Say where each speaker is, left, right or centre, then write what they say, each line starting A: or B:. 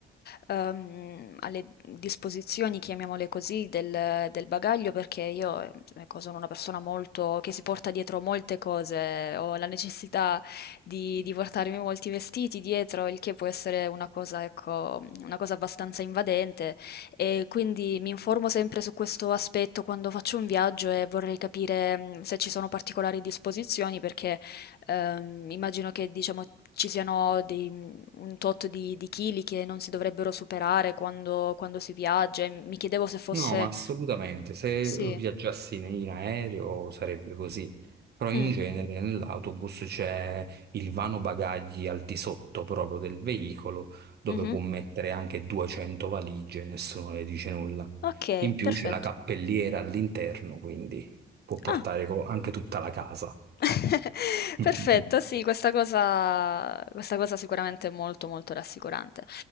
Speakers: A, on the left; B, on the right.
A: ehm, alle disposizioni, chiamiamole così, del, del bagaglio, perché io, eh, ecco, sono una persona molto, che si porta dietro molte cose, ho la necessità di, di portarmi molti vestiti dietro, il che può essere una cosa, ecco, una cosa abbastanza invadente, e quindi mi informo sempre su questo aspetto quando faccio un viaggio e vorrei capire, mm, se ci sono particolari disposizioni, perché... Ehm, immagino che diciamo, ci siano dei- un tot di, di chili che non si dovrebbero superare quando, quando si viaggia. e Mi chiedevo se fosse...
B: No, ma assolutamente. Se
A: Sì.
B: viaggiassi in in aereo sarebbe così, però in
A: Mm,
B: genere nell'autobus c'è il vano bagagli al di sotto proprio del veicolo, dove
A: mhm.
B: può mettere anche 200 valigie, nessuno le dice nulla.
A: Ok,
B: In più
A: perfetto.
B: c'è la cappelliera all'interno, quindi può portare
A: Ah,
B: co- anche tutta la casa.
A: <laughs>
B: <laughs>
A: perfetto, sì, questa cosa, questa cosa sicuramente è molto molto rassicurante.